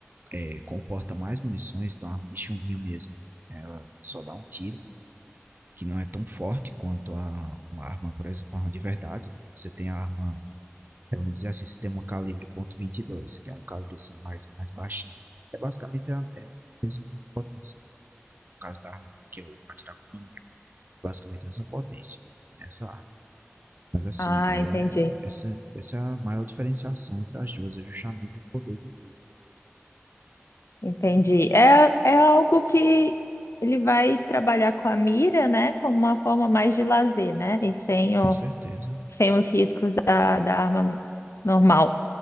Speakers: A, on the right; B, on the left.
A: é, comporta mais munições, então a arma de chumbinho mesmo. Ela só dá um tiro, que não é tão forte quanto a uma arma, por exemplo, a arma de verdade. Você tem a arma É, vamos dizer assim, se tem um calibre .22, que é um calibre assim mais, mais baixinho. É basicamente a, é, é a mesma potência, do, no caso da arma do que eu vou atirar com meu amigo. Basicamente a mesma potência nessa arma. Mas assim,
B: Ah,
A: ela
B: entendi,
A: é- essa, essa é a maior diferenciação entre as duas, é justamente o poder de fogo.
B: entendi. É, é algo que ele vai trabalhar com a mira, né, como uma forma mais de lazer, né, e sem o,
A: Com certeza.
B: sem os riscos da, da arma normal.